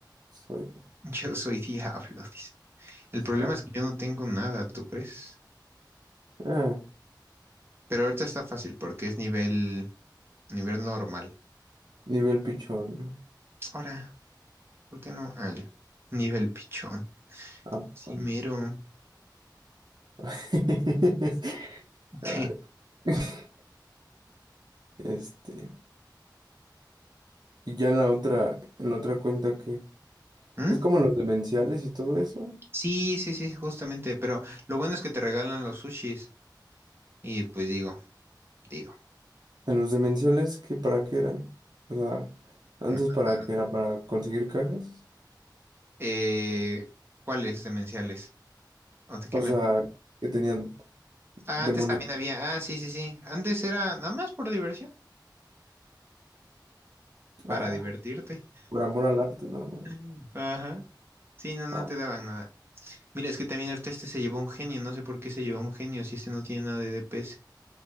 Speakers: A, on the right; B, on the right.
A: Soy
B: <laughs> Yo soy diablo, dice. El
A: espada.
B: problema es que yo no tengo nada, ¿tú crees?
A: Ah,
B: Pero ahorita está fácil porque es nivel... Nivel normal.
A: nivel pichón, ¿no?
B: Ahora, ¿por qué no? Ah, ya. Nivel pichón.
A: Ah,
B: Sí,
A: bueno.
B: mero.
A: <laughs>
B: Ok.
A: Ah, <laughs> Este. Y ya en la otra, en la otra cuenta que.
B: ¿Mm?
A: Es como los demenciales y todo eso.
B: Sí, sí, sí, justamente. Pero lo bueno es que te regalan los sushis. Y pues digo, digo,
A: En los demenciales, ¿qué para qué eran? O sea, antes
B: me mataron.
A: para qué era para conseguir cajas.
B: Eh, ¿cuáles demenciales? ¿O de qué
A: O
B: me...
A: sea, que tenían demonios.
B: Ah, antes también había. Ah, sí, sí, sí. Antes era nada más por diversión. Para
A: Ah,
B: divertirte.
A: por amor al arte, nada más.
B: <laughs> Ajá. Sí, no, no
A: Ah,
B: te daban nada. Mira, es que también ahorita este se llevó un genio. No sé por qué se llevó un genio si este no tiene nada de DPS.